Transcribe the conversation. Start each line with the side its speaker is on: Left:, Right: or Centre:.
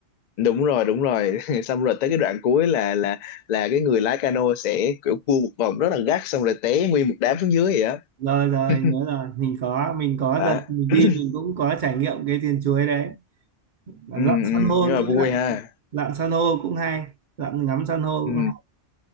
Left: đúng rồi đúng rồi <laughs> xong rồi tới cái đoạn cuối là là là cái người lái cano sẽ kiểu cua một vòng rất là gắt xong rồi té nguyên một đám xuống dưới vậy á
Right: rồi rồi
Left: <laughs>
Right: nhớ rồi mình có mình có
Left: đó.
Right: đợt mình đi
Left: <clears throat>
Right: mình cũng có trải nghiệm cái thuyền chuối đấy Và
Left: Ừ,
Right: lặn
Left: ừ,
Right: san hô
Left: nhưng
Right: nữa
Left: mà vui
Right: lặn
Left: ha
Right: lặn san hô cũng hay lặn ngắm san hô
Left: ừ.
Right: cũng hay